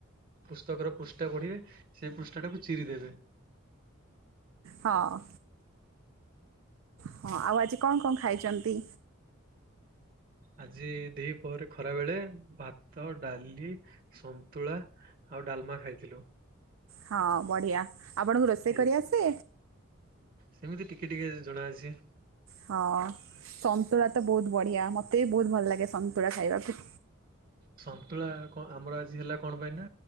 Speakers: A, on the right; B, on the right.
A: ପୁସ୍ତକର ପୃଷ୍ଠା ପଢିବେ ସେ ପୃଷ୍ଠା ଟାକୁ ଚିରି ଦେବେ।
B: ହଁ। ହଁ, ଆଉ ଆଜି କଣ କଣ ଖାଇଚନ୍ତି?
A: ଆଜି ଦି ପହରେ, ଖରା ବେଳେ ଭାତ, ଡାଲି ସନ୍ତୁଳା ଆଉ ଡାଲମା ଖାଇଥିଲୁ।
B: ହଁ ବଢିଆ। ଆପଣଙ୍କୁ ରୋଷେଇ
A: ଏ
B: କରିଆସେ?
A: ସେମିତି ଟିକେ ଟିକେ ଜଣା ଅଛି।
B: ହଁ ସନ୍ତୁଳା ତ ବହୁତ ବଢ଼ିଆ ମତେ ବି ବହୁତ ଭଲ ଲାଗେ ସନ୍ତୁଳା ଖାଇବାକୁ।
A: ସନ୍ତୁଳା କ ଆମର ଆଜି ହେଲା କଣ ପାଇଁ ନାଁ?